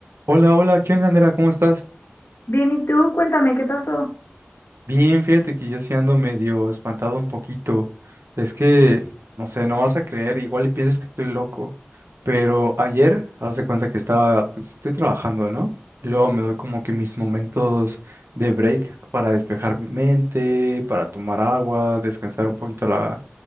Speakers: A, on the right; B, on the left.
A: Hola, hola, ¿qué onda, Andrea? ¿Cómo estás?
B: Bien, ¿y tú? Cuéntame qué pasó.
A: Bien, fíjate que yo sí ando medio espantado un poquito. Es que, no sé, no vas a creer, igual y piensas que estoy loco. Pero ayer, haz de cuenta que estaba, pues estoy trabajando, ¿no? Y luego me doy como que mis momentos de break para despejar mi mente, para tomar agua, descansar un poquito la,